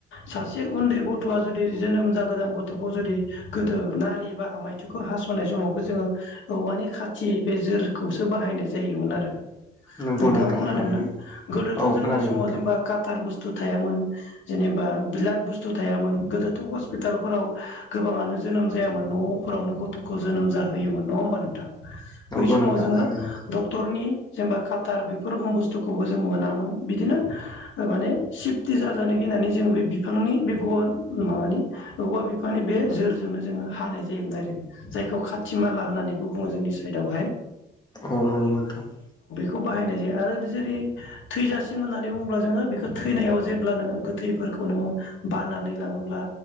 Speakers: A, on the left; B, on the left.
A: सासे उन्दै गथ'आ जुदि जोनोम जागोदान गथ'खौ जुदि गोदो नारि बा आमायथुखौ हास'नाय समावबो जोङो औ वानि खाथि बे जोरखौसो बाहायनाय जायोमोन आरो
B: नंगौ
A: नोंथाङा
B: नोंथां
A: खोनादोंना
B: थारैनो
A: गोदोथ'
B: औ
A: जोंनि
B: खोनादों
A: समाव
B: नोंथां
A: जेनेबा काटार बु स्थु थायामोन जेनेबा बिलाद बुस्थु थायामोन गोदो थ' हस्पिटालफोराव गोबाङानो जोनोम जायामोन न'फोरावनो गथ'खौ जोनोम जाहोयोमोन नङा होमबा नोंथां?
B: नंगौ
A: बै समाव
B: नोंथां
A: जोङो
B: थारैनो
A: डक्टरनि जेनेबा काटार बेफोर रखम बुस्थुखौबो जों मोनामोन बिदिनो ओ माने सिफटि जाजानो गि नानै जों बे बिफांनि बे गन माबानि औवा बिफांनि बे जोरजोंनो जोङो हानाय जायोमोन आरो जायखौ खाथि माला होननानै बेखौ बुङो जोंनि साइदआवहाय।
B: अह नंगौ नोंथां।
A: खौ बाहायनाय जायो आरो बि जेरै थैजासिम होननानै बुङोब्ला जोङो बेखौ थैनायाव जे ब्ला नोङो गोथै फोरखौ नोङो बाननानै लाङोब्ला